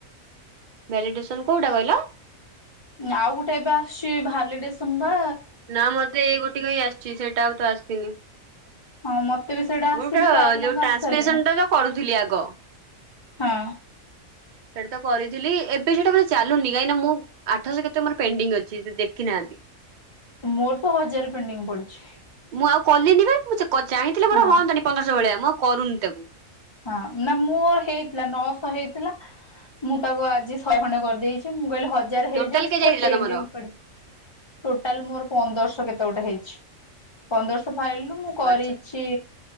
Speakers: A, on the right; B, on the left.
A: ଭାଲିଡେସନ୍ କୋଉଟା କଇଲ।
B: ଆଉ ଗୋଟେ ଏବେ ଆସୁଚି ଭାଲିଡେସନ୍ ପା
A: ନା ମତେ ଏଇ ଗୋଟିକ ହିଁ ଆସିଚି ସେଇଟା ଆଉ ତ ଆସିନି।
B: ହଁ ମତେ ବି ସେଇଟା ଆସିନି
A: ମୁଁରଟେ
B: ପ୍ରାୟ ପିଲାଙ୍କୁ
A: ଯୋଉ ଟ୍ରାନ୍ସପସନ
B: ଆସି ସାରିଲାଣି
A: ଟା ତ କରୁଥିଲି ଆଗ।
B: ହଁ।
A: ସେଇଟାତ କରିଥିଲି ଏବେ ସେଇଟା ବଧେ ଚାଲୁନି କାହିଁକି ନା ମୁଁ ଆଠଶ କେତେ ମୋର ପେଣ୍ଡିଙ୍ଗ ଅଛି ସେ ଦେଖିନାହାନ୍ତି।
B: ମୋର ତ ହଜାରେ ପେଣ୍ଡିଙ୍ଗ ପଡିଛି।
A: ମୁଁ ଆଉ କଲିନି ବା ମୁଁ ଚେ କ ଚାହିଁଥିଲେ
B: ହଁ
A: ମୋର ହଅନ୍ତାନି ପନ୍ଦରଶ ଭଳିଆ ମୁଁ କରୁନି ତାକୁ।
B: ହଁ ନା ମୋ ହେଇଥିଲା ନଅଶ ହେଇଥିଲା ମୁଁ ତାକୁ ଆଜି ଶହେ ଖଣ୍ଡେ କରିଦେଇଛି। ଟୁ ମୁଁ କହିଲି ହଜାରେ ହେଇଯାଉ
A: ଟୋଟାଲ
B: ସେ
A: କେଯାଏ
B: ଥାର
A: ହେଇଥିଲା
B: ପେଣ୍ଡି
A: ତମର
B: ପଡୁ। ଟୋଟାଲ ମୋର ପନ୍ଦରଶହ କେତେ ଗୋଟେ ହେଇଛି ପନ୍ଦରଶହ ଫାଇଲରୁ
A: ଓ
B: ମୁଁ କରିଛି
A: ଆଚ୍ଛା